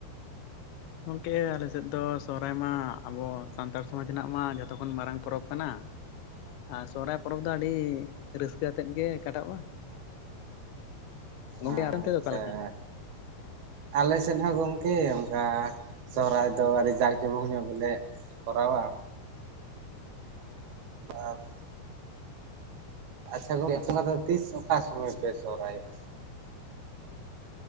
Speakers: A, on the left; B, on the right.
A: ᱜᱚᱢᱠᱮ ᱟᱞᱮᱥᱮᱫ ᱫᱚ ᱥᱚᱦᱚᱨᱟᱭ ᱢᱟ ᱟᱵᱚ ᱥᱟᱱᱛᱟᱲ ᱥᱚᱢᱟᱡᱽ ᱨᱮᱱᱟᱜ ᱢᱟ ᱡᱚᱛᱚ ᱠᱷᱚᱱ ᱢᱟᱨᱟᱝ ᱯᱚᱨᱚᱵᱽ ᱠᱟᱱᱟ᱾ ᱟᱨ ᱥᱚᱨᱦᱟᱭ ᱯᱚᱨᱚᱵᱽ ᱫᱚ ᱟᱹᱰᱤ ᱨᱟᱹᱥᱠᱟᱹ ᱟᱛᱮᱫ ᱜᱮ ᱠᱟᱴᱟᱜ-ᱟ᱾ ᱜᱚᱢᱠᱮ
B: ᱟᱪᱪᱷᱟ
A: ᱟᱞᱮ ᱚᱱᱛᱮ ᱫᱚ ᱚᱠᱟᱞᱮᱠᱟ?
B: ᱟᱞᱮ ᱥᱮᱫ ᱦᱚᱸ ᱜᱚᱢᱠᱮ ᱚᱱᱠᱟ ᱥᱚᱦᱨᱟᱭ ᱫᱚ ᱟᱹᱰᱤ ᱡᱟᱸᱠ ᱡᱚᱢᱚᱠ ᱧᱚᱜ ᱜᱮᱞᱮ ᱠᱚᱨᱟᱣᱟ᱾ ᱵᱟᱝ ᱟᱪᱪᱷᱟ ᱜᱚᱝᱢᱮ ᱠᱟᱛ ᱫᱚ ᱛᱤᱥ ᱚᱠᱟ ᱥᱚᱢᱚᱭ ᱯᱮ ᱥᱚᱦᱨᱟᱭᱚᱜ-ᱟ?